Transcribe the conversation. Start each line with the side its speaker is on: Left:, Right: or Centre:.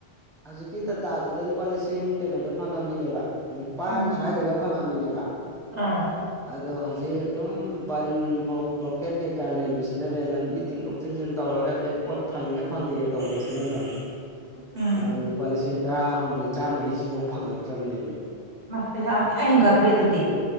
Centre: ꯍꯧꯖꯤꯛꯀꯤ ꯇꯥꯇꯥꯗꯨꯗ ꯂꯨꯄꯥ ꯂꯤꯁꯤꯡ ꯀꯩꯅꯣꯗ ꯐꯪꯉꯝꯃꯤꯅꯦꯕ ꯅꯤꯄꯥꯥꯟ
Right: ꯎꯝ
Centre: ꯁ꯭ꯋꯥꯏꯗꯒꯥ ꯐꯪꯉꯝꯃꯤꯅꯦꯕ
Right: ꯑꯥ
Centre: ꯑꯗꯣ ꯍꯧꯖꯤꯛ ꯑꯗꯨꯝ ꯕꯟ ꯕ꯭ꯂꯣ ꯕ꯭ꯂꯣꯀꯦꯠ ꯀꯩꯀꯥ ꯂꯩꯕꯁꯤꯅꯅꯦ ꯂꯝꯕꯤ ꯊꯤꯡꯗꯣꯛ ꯊꯤꯡꯖꯤꯟ ꯇꯧꯔꯒꯥ ꯑꯗꯩ ꯄꯣꯠ ꯐꯪꯉꯤꯒꯥ ꯐꯪꯗꯦꯒꯥ ꯇꯧꯕꯁꯤꯅꯅꯦ
Right: ꯎꯝ
Centre: ꯑꯥ ꯂꯨꯄꯥ ꯂꯤꯁꯤꯡ ꯇꯔꯥꯍꯨꯝꯗꯣꯏ ꯇꯔꯥꯃꯔꯤꯁꯤꯕꯨꯛ ꯐꯪꯉꯛꯇ꯭ꯔꯥꯝꯅꯦꯃꯦ
Right: ꯃꯥ ꯄꯩꯁꯥ ꯃꯌꯥꯝ ꯍꯦꯟꯒꯠꯈ꯭ꯔꯦ ꯑꯗꯨꯗꯤ